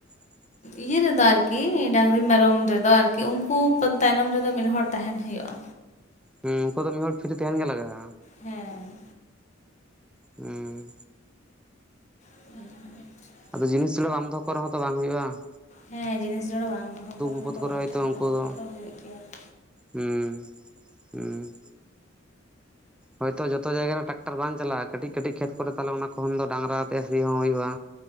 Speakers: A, in the centre; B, on the left.
A: <inaudible>
B: ᱤᱭᱟᱹ ᱨᱮᱫᱚ ᱟᱨᱠᱤ ᱰᱟᱝᱨᱤ ᱢᱮᱨᱚᱢ ᱨᱮᱫᱚ ᱟᱨᱠᱤ ᱩᱱᱠᱩ ᱛᱟᱭᱱᱚᱢ ᱨᱮᱫᱚ ᱢᱤᱫ ᱦᱚᱲ ᱛᱟᱦᱮᱱ ᱦᱩᱭᱩᱜᱼᱟ
A: ᱦᱮᱸ ᱩᱱᱠᱩ ᱫᱚ ᱢᱤᱫ ᱦᱚᱲ ᱯᱷᱤᱨᱤ ᱛᱟᱦᱮᱱ ᱜᱮ ᱞᱟᱜᱟᱜᱼᱟ
B: ᱦᱮᱸ
A: ᱦᱩᱸ
B: ᱛᱟᱞᱟᱨᱮ
A: ᱟᱫᱚ ᱡᱤᱱᱤᱥ <unintelligible> ᱫᱚᱦᱚ ᱠᱚ ᱨᱮᱦᱚᱸ ᱛᱚ ᱵᱟᱝ ᱦᱩᱭᱩᱜᱼᱟ ᱾
B: ᱦᱮᱸ ᱡᱤᱱᱤᱥ ᱡᱚᱲᱟ ᱵᱟᱝ ᱫᱚᱦᱚ ᱠᱚ ᱨᱮᱦᱚᱸ
A: ᱵᱤᱯᱚᱫ
B: ᱵᱟᱝ
A: ᱠᱚᱨᱮ
B: ᱦᱩᱭᱩᱜᱼᱟ
A: ᱦᱚᱭᱛᱳ ᱩᱱᱠᱩ
B: ᱫᱚᱦᱚ
A: ᱫᱚ
B: ᱠᱚ ᱛᱚ ᱦᱩᱭᱩᱜ ᱜᱮᱭᱟ ᱾
A: ᱦᱩᱸ ᱦᱩᱸ ᱦᱳᱭᱛᱚ ᱡᱚᱛᱚ ᱡᱟᱭᱜᱟ ᱨᱮ ᱴᱨᱟᱠᱴᱟᱨ ᱵᱟᱝ ᱪᱟᱞᱟᱜᱼᱟ᱾ ᱠᱟᱹᱴᱤᱡ ᱠᱟᱹᱴᱤᱡ ᱠᱷᱮᱛ ᱠᱚᱨᱮ ᱛᱟᱦᱞᱮ ᱚᱱᱟ ᱠᱷᱚᱱ ᱫᱚ ᱰᱟᱝᱨᱟ ᱟᱛᱮᱫ ᱥᱤ ᱦᱚᱸ ᱦᱩᱭᱩᱜᱼᱟ᱾